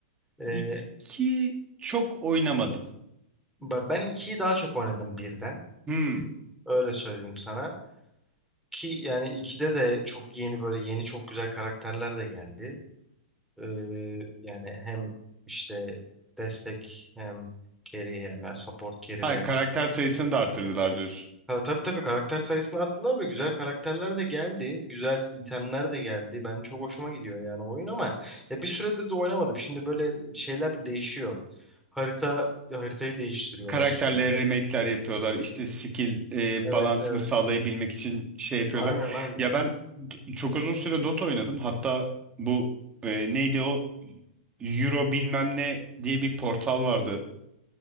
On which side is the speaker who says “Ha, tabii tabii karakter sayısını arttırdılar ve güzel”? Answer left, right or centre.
Centre